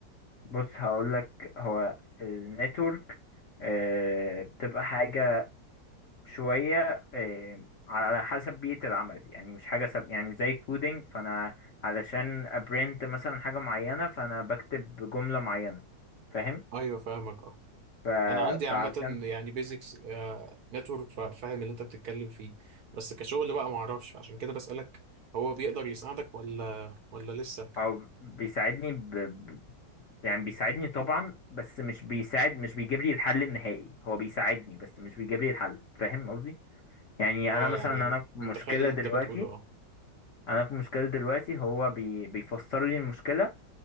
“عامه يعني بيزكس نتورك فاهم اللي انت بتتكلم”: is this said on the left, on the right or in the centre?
Right